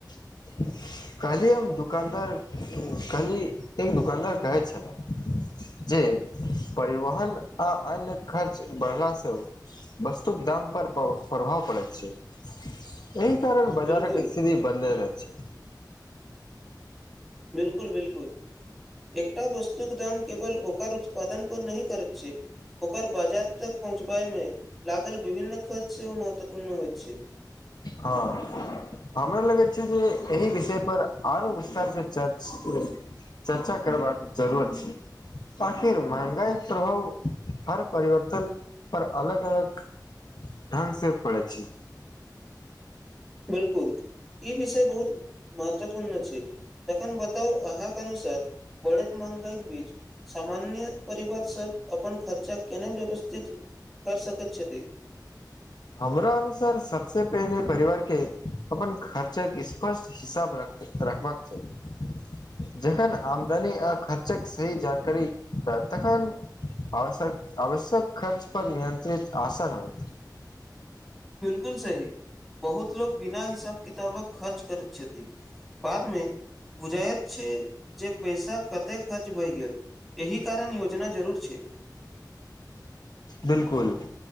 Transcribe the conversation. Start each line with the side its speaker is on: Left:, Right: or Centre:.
Left: <unintelligible> कहलियै हम दोकानदार कहलियै एक दोकानदार कहै छलहु। जे परिवहन आ अन्य खर्च बढ़लासँ। वस्तु दाम पर प्रभाव पड़ैत छै। एहि कारण बजारक
Centre: बिलकुल
Left: स्थिति बदले रह छै।
Centre: बिल्कूल बिल्कूल एकटा वस्तुक दाम केवल ओकरत। पदनप नहि करैत छै। ओकर बाजार तक पहुँचबय मे लागल विभिन्न खर्च सेहो महत्वपूर्ण होइ छै
Left: हँ हमरा लगैत छै जे एहि विषय पर आरो विस्तार से चर्च चर्चा करबाक जरूरत छै आखिर महंगाइ प्रभाव हर परिवर्तन पर अलग अलग ढंग से पड़ै छी
Centre: बिलकुल ई विषय बहुत महत्वपूर्ण छै तखन बताउ अहाँके अनुसार बढ़ैत महगाइके बीच सामान्य परिवारसभ अपन खर्चा केना व्यवस्थित कर सकैत छथि
Left: हमरा अनुसार सबस पहिनेे परिवार के अपन खर्चा के स्पष्ट हिसाब रख रखबाक चाही जखन आमदनी आ खर्चक सही जानकारी ह तखन आश्यक आवश्यक खर्च पर नियंत्रित आसन होइ
Centre: बिल्कुल सही बहुत लोको बिना हिसाब किताबक खर्च करै छथि बाद मे बुझाइत छै जे पैसा कतेक खर्च भइ गेल एहि कारण योजना जरूर छै
Left: बिलकुल